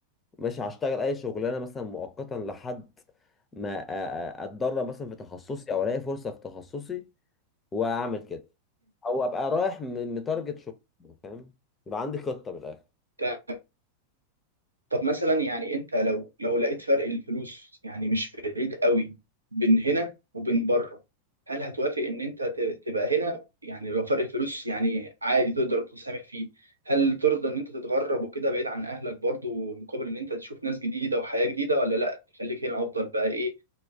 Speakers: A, on the left; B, on the right.
A: مش هشتغل اي شغلانه مثلا مؤقتا لحد ما أ- أ- اتدرب مثلا في تخصصي او الاقي فرصه في تخصصي واعمل كده او ابقى رايح م- متارجت شغل فاهم يبقى عندي خطه من الاخر
B: طيب طب مثلا يعني انت لو لو لقيت فرق الفلوس يعني مش بعيد قوي بين هنا وبين بره هل هتوافق ان انت ت- تبقى هنا يعني لو فرق الفلوس يعني عادي تقدر تسامح فيه هل ترضى ان انت تتغرب وكده بعيد عن اهلك برضو مقابل ان انت تشوف ناس جديدة وحياة جديدة ولا لا تخليك هنا افضل بقى ايه